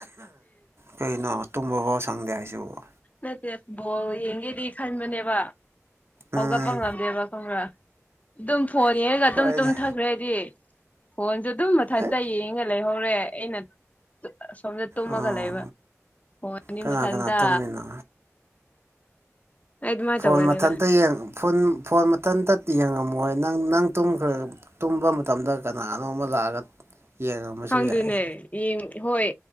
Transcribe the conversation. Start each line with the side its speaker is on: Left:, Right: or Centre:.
Right: ꯀꯩꯅꯣ ꯇꯨꯝꯕ ꯐꯥꯎ ꯁꯪꯗꯦ ꯍꯥꯏꯁꯤꯕ
Left: ꯅꯠꯇꯦ ꯕꯣꯜ ꯌꯦꯡꯒꯦꯗꯤ ꯈꯟꯕꯅꯦꯕ ꯍꯧꯒꯠꯄ
Right: ꯎꯝ
Left: ꯉꯝꯗꯦꯕ ꯀꯪ꯭ꯔꯥ ꯑꯗꯨꯝ ꯐꯣꯟ ꯌꯦꯡꯉꯒ ꯑꯗꯨꯝ
Right: ꯍꯣꯏꯗ
Left: ꯇꯨꯝꯊꯈ꯭ꯔꯦꯗꯤ ꯐꯣꯟꯁꯨ ꯑꯗꯨꯝ ꯃꯊꯟꯇ
Right: ꯍꯩ
Left: ꯌꯦꯡꯉ ꯂꯩꯍꯧꯔꯦ ꯑꯩꯅ ꯁꯣꯝꯗ ꯇꯨꯝꯃꯒ
Right: ꯑꯥ
Left: ꯂꯩꯕ ꯍꯣꯡ ꯑꯅꯤ
Right: ꯀꯅꯥ
Left: ꯃꯊꯟꯇ
Right: ꯀꯅꯥ ꯇꯨꯝꯃꯤꯅꯣ
Left: ꯑꯩ ꯑꯗꯨꯃꯥꯏꯅ
Right: ꯐꯣꯟ
Left: ꯇꯧꯒꯜꯂꯦꯕ
Right: ꯃꯊꯟꯇ ꯐꯣꯟ ꯃꯊꯟꯇ ꯌꯦꯡꯉꯝꯃꯣꯏ ꯅꯪ ꯅꯪ ꯇꯨꯝꯈ꯭ꯔꯦ ꯇꯨꯝꯕ ꯃꯇꯝꯗ ꯀꯅꯥꯅꯣ ꯑꯃ ꯂꯥꯛꯑꯒ ꯌꯦꯡꯉꯝꯕꯁꯨ
Left: ꯈꯪꯗꯦꯅꯦ
Right: ꯌꯥꯏ
Left: ꯌꯦꯡ ꯍꯣꯏ